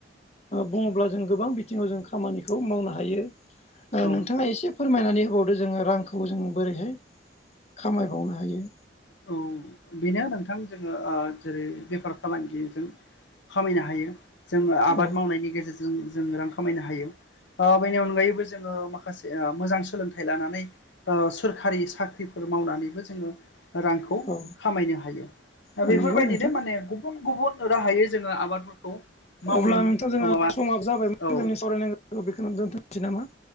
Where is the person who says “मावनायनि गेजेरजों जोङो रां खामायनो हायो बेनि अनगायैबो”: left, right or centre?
Left